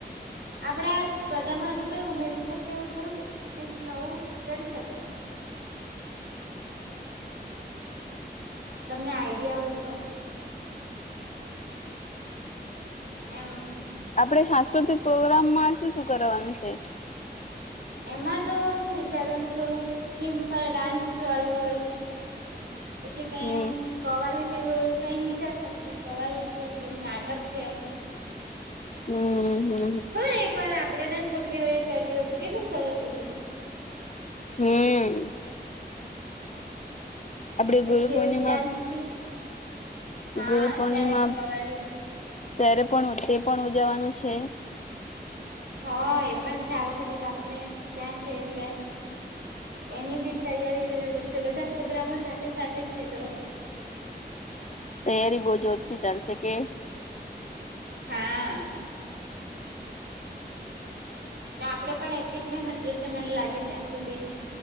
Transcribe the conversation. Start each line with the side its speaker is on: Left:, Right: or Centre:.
Right: આપડે આ સ્પર્ધામાં હજુ કઈ ઉમેરી શ કીએ એવું ખરું કે કઈક નવું કરી શકાય તમને આઈડિયા હોય તો? એમ
Left: આપડે સાંસ્કૃતિક પ્રોગ્રામમાં શું શું કરવાનું છે?
Right: એમાં તો શું વિચારું એમ થોડું થીમ પર ડાન્સવાળું હોય પછી કઈ
Left: હમ
Right: એમ કવાલી જેવું એવું કઈ વિચારતા છે કવાલી છે પછી નાટક છે.
Left: હમ્મ.
Right: ખબર હે એક વાર આપણેે ત્યાં છોકરીઓ એ કર્યું હતું કેટલું સરસ હતું.
Left: હમ્મ. આપડે
Right: પછી
Left: ગુરુ પૂર્ણિમા
Right: એવ ડાન્સ બી, હા
Left: ગુરુ પૂર્ણિમા
Right: ત્યારે કવાલી
Left: ત્યારે પણ તે પણ ઉજાવાનું છે.
Right: હા એ પણ છે આ વખતે તો આપડે ત્યાં છે એટલે. એની બી તૈયારી કરવી પડશે બધા પ્રોગ્રામો સાથે સાથે જ છે તો.
Left: તૈયારી બહુ જોરથી ચાલશે કે.
Right: હા. ના આપડે પણ એટલી જ મહેનત જશે મને લાગે ત્યાં સુધી.